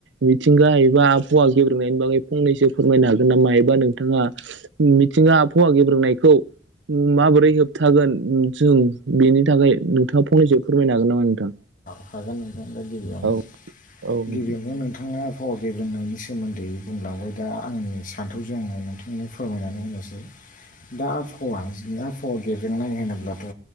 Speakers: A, on the right (about 65°); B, on the left (about 45°).
A: मिथिंगा एबा आबहावा गेब्रेंनायनि बागै फंनैसो फोरमायनो हागोन नामा हायोबा नों नाङा मिथिंगा आबहावा गेब्रोंनायखौ। माबोरै होबथागोन जों बेनि थाखाय नोंथाङा फंनैसो फोरमायनो हागोन नामा नोंथां।
B: हागोन नोंथां दा गिबियावनो
A: औ औ नोंथां
B: गिबियावनो नोंथाङा। बार गेब्रोंनायनि सोमोनदै बुंलांबाय दा आंनि सान्थौजों आङो नोंथांमोननो फोरमायनानै होनोसै।
A: <inaudible>
B: दा आबहावा जोंबहावा गेबेंनाय होनोब्लाथ'